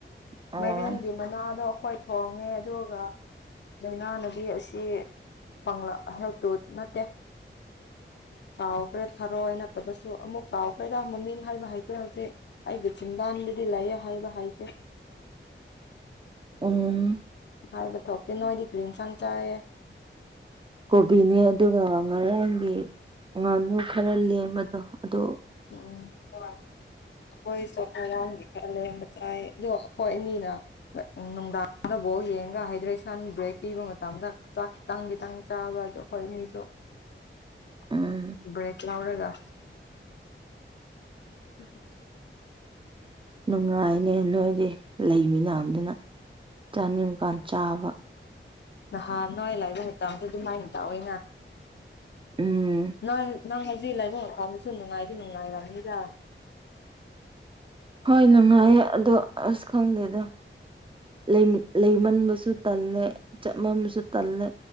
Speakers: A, on the right; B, on the left.
A: ꯑꯣ
B: ꯃꯥꯏꯔꯦꯟꯒꯤ ꯃꯅꯥꯗꯣ ꯑꯈꯣꯏ ꯊꯣꯡꯉꯦ ꯑꯗꯨꯒ ꯗꯩꯏꯅꯥꯅꯗꯤ ꯑꯁꯤ ꯄꯥꯡꯂꯛ ꯍꯦꯜꯞ ꯇꯧꯋꯦ ꯅꯠꯇꯦ ꯀꯥꯎꯈ꯭ꯔꯦ ꯊꯔꯣꯏ ꯅꯠꯇꯕꯁꯨ ꯑꯃꯨꯛ ꯀꯥꯎꯈ꯭ꯔꯦꯗ ꯃꯃꯤꯡ ꯍꯥꯏꯕ ꯍꯩꯇꯦ ꯍꯧꯖꯤꯛ ꯑꯩꯒꯤ ꯆꯤꯟꯕꯥꯟꯗꯗꯤ ꯂꯩꯌꯦ ꯍꯥꯏꯕ ꯍꯩꯇꯦ
A: ꯎꯝ
B: ꯍꯥꯏꯕ ꯊꯣꯛꯇꯦ ꯅꯣꯏꯗꯤ ꯀꯔꯤ ꯍꯤꯟꯁꯥꯡ ꯆꯥꯏꯌꯦ
A: ꯀꯣꯕꯤꯅꯦ ꯑꯗꯨꯒ ꯉꯔꯥꯡꯒꯤ ꯉꯥꯅꯨ ꯈꯔ ꯂꯦꯝꯕꯗꯣ ꯑꯗꯨ
B: ꯎꯝ ꯍꯣꯏ ꯑꯩꯈꯣꯏꯁꯨ ꯉꯔꯥꯡꯒꯤ ꯑꯂꯦꯝꯕ ꯆꯥꯏꯌꯦ ꯑꯗꯣ ꯑꯩꯈꯣꯏ ꯑꯅꯤꯅ <unintelligible> ꯅꯨꯡꯗꯥꯡꯗ ꯕꯣꯜ ꯌꯦꯡꯉꯒ ꯍꯥꯏꯗ꯭ꯔꯦꯁꯟ ꯕ꯭ꯔꯦꯛ ꯄꯤꯕ ꯃꯇꯝꯗ ꯆꯥꯛ ꯇꯪ ꯈꯤꯇꯪ ꯆꯥꯕ ꯗꯣ ꯑꯩꯈꯣꯏ ꯑꯅꯤꯁꯨ
A: ꯎꯝ
B: ꯕ꯭ꯔꯦꯛ ꯂꯧꯔꯒ <unintelligible>
A: ꯅꯨꯡꯉꯥꯏꯅꯦ ꯅꯣꯏꯗꯤ ꯂꯩꯃꯤꯅꯕꯅꯤꯅ ꯆꯥꯅꯤꯡꯀꯥꯟ ꯆꯥꯕ
B: ꯅꯍꯥꯟ ꯅꯣꯏ ꯂꯩꯕ ꯃꯇꯝꯗꯤ ꯑꯗꯨꯃꯥꯏꯅ ꯇꯧꯋꯦꯅ
A: ꯎꯝ
B: ꯅꯪ ꯅꯪ ꯍꯧꯖꯤꯛ ꯂꯩꯏꯕ ꯃꯐꯝꯗꯨꯁꯨ ꯅꯨꯡꯉꯥꯏꯗꯤ ꯅꯨꯡꯉꯥꯏꯔꯝꯅꯤꯗꯥ
A: ꯍꯣꯏ ꯅꯨꯡꯉꯥꯏꯌꯦ ꯑꯗꯣ ꯑꯁ ꯈꯪꯗꯦꯗ ꯂꯩ ꯂꯩꯃꯟꯕꯁꯨ ꯇꯜꯂꯦ ꯆꯠꯃꯟꯕꯁꯨ ꯇꯜꯂꯦ